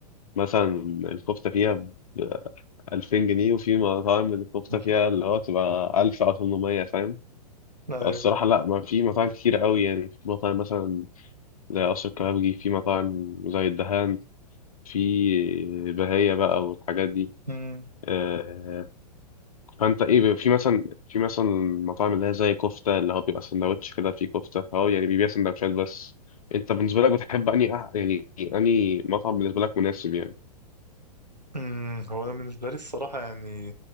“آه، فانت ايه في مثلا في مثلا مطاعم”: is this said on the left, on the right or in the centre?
Left